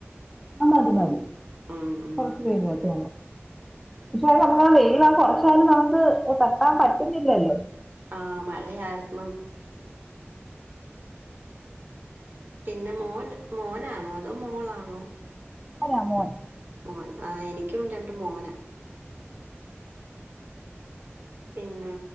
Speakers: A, in the centre; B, on the right.
A: ആഹ് മതി
B: ഉം, ഉം.
A: കൊർച്ചു കഴിഞ്ഞോട്ടെ പക്ഷെ നമ്മ <unintelligible> കൊറച്ച ന്നലും നമ്മുക്ക് കെട്ടാൻ പറ്റിന്നില്ലല്ലോ
B: ആഹ് മഴ ആയിർന്നു പിന്നെ മോൻ മോനാണോ അതോ മോളാണോ
A: അല്ല മോൻ
B: ഉം ആഹ് എനിക്കും രണ്ട് മോനാ പിന്നെ